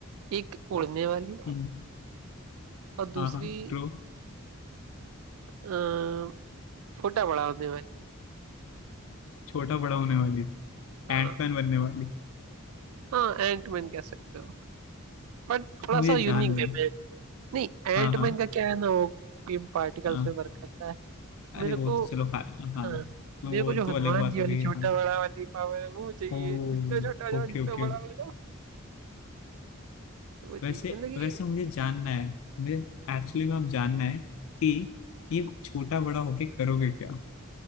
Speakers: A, on the right; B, on the left.
A: एक उड़ने वाली
B: हम्म,
A: और दूसरी
B: हाँ हाँ ट्रू
A: अ, छोटा बड़ा होने वाली
B: छोटा बड़ा होने वाली
A: हाँ
B: एंटमैन बनने वाली
A: हाँ एंटमैन कह सकते हो बट थोड़ा
B: मुझे
A: सा यूनिक
B: जानना
A: वे
B: है
A: में है। नहीं एंटमैन
B: हाँ हाँ
A: का क्या है ना वो बीम पार्टिकल्स
B: हाँ।
A: में वर्क करता है
B: अरे
A: मेरे
B: वो
A: को
B: तो चलो हाँ हाँ
A: हाँ
B: तो
A: मेरे
B: वो
A: को जो
B: तो
A: हनुमान
B: अलग बात
A: जी
B: हो
A: वाली
B: गई
A: छोटा
B: है हाँ
A: बड़ा वाली पावर है वो चाहिए
B: Oh
A: जितना छोटा हो जाओ
B: okay
A: जितना
B: okay
A: बड़ा हो जाओ वो चाहिए
B: वैसे
A: मतलब कि
B: वैसे मुझे जानना है मुझे एक्चुअली में अब जानना है कि ये छोटा बड़ा होके करोगे क्या